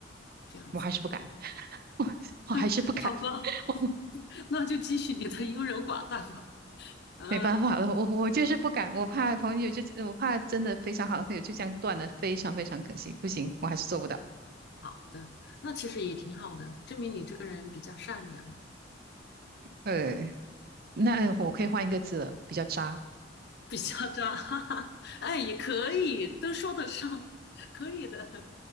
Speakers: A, on the left (about 60°); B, on the right (about 50°).
A: 这样子。
B: 我还是不敢，<laughs> 我我还是不敢，
A: <laughs> 好吧，
B: <laughs> 我
A: <laughs> 那就继续你的优柔寡断吧。嗯，
B: 没办法了，我我就是不敢，我怕朋友就我怕真的非常好的朋友就这样断了，非常非常可惜，不行，我还是做不到。
A: 好的，那其实也挺好的，证明你这个人比较善良。
B: 呃，那我可以换一个字了，
A: 对，
B: 比较渣。
A: 比较渣，<laughs> 哈哈，哎，也可以，都说得上，可以的，